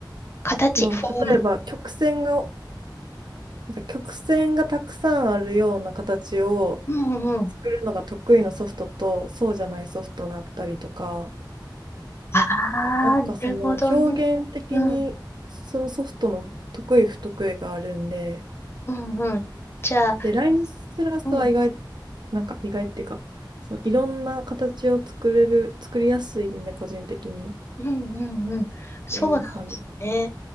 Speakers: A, on the left; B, on the right.
A: 形、
B: もう例えば曲線が、
A: フォーム。
B: なんか曲線がたくさんあるような形を
A: うんうんうん。
B: 作るのが得意なソフトとそうじゃないソフトがあったりとか、
A: あ
B: なんかその表現的にそのソフトの得意不得意があるんで、
A: あ、なるほどね。うんうんうん。じゃあ、
B: で、ライムシラスは意外、
A: うん
B: なんか意外っていうか、そのいろんな形を作れる、作りやすいんで、個人的にっ
A: うんうんうん。そうなんですね。
B: ていう感じ。